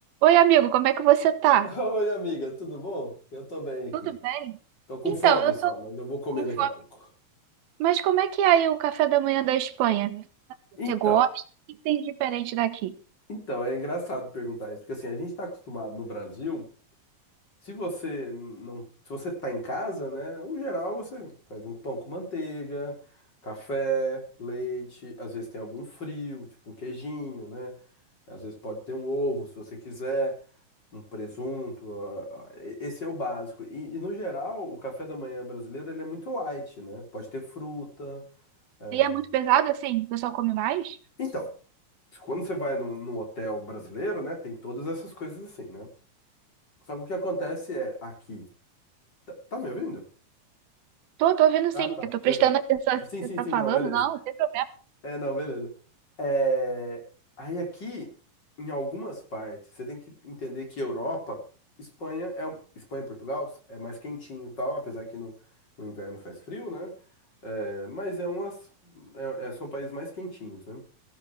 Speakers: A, on the right (about 80°); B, on the left (about 30°).
A: Oi, amigo, como é que você tá?
B: <laughs> Oi, amiga, tudo bom? Eu tô bem aqui.
A: Tudo bem?
B: Tô com
A: Então,
B: fome
A: eu
B: só,
A: sou
B: mas eu vou comer
A: com
B: daqui
A: fome.
B: a pouco.
A: Mas como é que é aí o café da manhã da Espanha? Você
B: Então,
A: gosta? O que tem de diferente daqui?
B: então é engraçado perguntar isso, porque assim, a gente tá acostumado no Brasil. Se você não, se você tá em casa, né? No geral você faz um pão com manteiga, café, leite, às vezes tem algum frio, tipo um queijinho, né? Às vezes pode ter um ovo, se você quiser, um presunto. ó, ó, e- Esse é o básico. E, e, no geral, o café da manhã brasileiro ele é muito light, né? Pode ter fruta. é.
A: E é muito pesado assim? O pessoal come mais?
B: Então, quando você vai num, num hotel brasileiro, né? Tem todas essas coisas assim, né? Só que o que acontece é aqui. Tá, tá me ouvindo?
A: Tô, tô ouvindo
B: Ah,
A: sim.
B: tá,
A: Eu tô prestando
B: perdão.
A: <laughs> atenção assim
B: Sim,
A: que
B: sim,
A: você tá
B: sim,
A: falando.
B: não, beleza.
A: Não, não tem problema.
B: É, não, beleza. É, Aí aqui, em algumas partes, você tem que entender que Europa, Espanha é um- Espanha e Portugal é mais quentinho e tal, apesar que no, no inverno faz frio, né? É, mas é umas é- é- são países mais quentinhos, né?